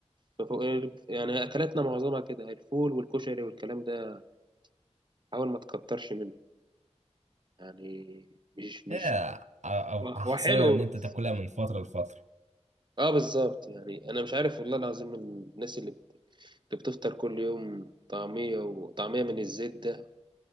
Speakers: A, on the right (about 40°); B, on the right (about 80°).
A: ففوق- يعني اكلاتنا معظمها كده الفول والكشري والكلام ده حاول ما تكترش منه يعني مش مش
B: يا أ- أ-
A: هو هو
B: احسنها
A: حلو
B: ان انت
A: بس
B: تاكلها
A: مش-
B: من فتره لفتره
A: اه بالظبط يعني انا مش عارف والله العظيم الناس اللي بت- اللي بتفطر كل يوم طعمية وطعمية من الزيت ده